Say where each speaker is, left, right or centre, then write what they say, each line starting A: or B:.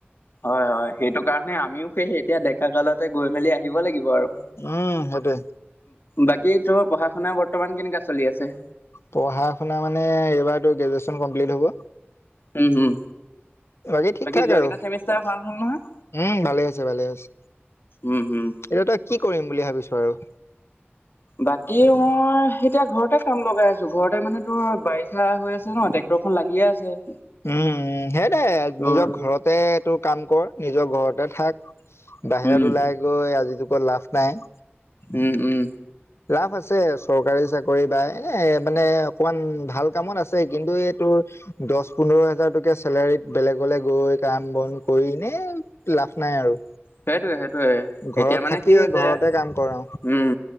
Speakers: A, on the left; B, on the left.
A: হয়-হয় সেইটো কাৰণে আমিও সেই এতিয়া ডেকা কালতে গৈ মেলি আহিব লাগিব আৰু।
B: উম সেইটোৱে
A: বাকীতো পঢ়া-শুনা বৰ্তমান কেনেকা চলি আছে।
B: পঢ়া-শুনা মানে এইবাৰতো গ্ৰেজুৱেশ্বন কমপ্লিট হ'ব।
A: উম, হম।
B: বাকী ঠিক ঠাক
A: যোৱা
B: আৰু
A: কেইটা
B: উম,
A: চেমিষ্টাৰ ভাল হ'ল নহয়
B: ভালে আছে -ভালে আছে।
A: উম হম
B: এতিয়া তই কি কৰিম বুলি ভাবিছো আৰু
A: বাকী মই এতিয়া ঘৰতে কাম লগাই আছো ঘৰতে মানে তোৰ বাই শা হৈ আছে ন ট্ৰেক্টৰ খন লাগিয়ে আছে
B: উম, সেইয়টাই
A: তোৰ
B: নিজৰ ঘৰতে তোৰ কাম কৰ নিজৰ ঘৰতে থাক। বাহিৰত
A: উম
B: ওলাই গৈ আজি যুগত লাভ নাই।
A: উম উম
B: লাভ আছে চৰকাৰী চাকৰি বা এনে মানে অকমান ভাল কামত আছে কিন্তু এইটো দহ পোন্ধৰ হেজাৰ টকীয়া চেলাৰী বেলেগলে গৈ কাম বন কৰিনে লাভ নাই আৰু।
A: সেইটোয়ে-সেইটোয়ে
B: ঘৰত
A: এতিয়া মানে
B: থাকি
A: কি হৈছে
B: ঘৰতে কাম কৰা
A: উম,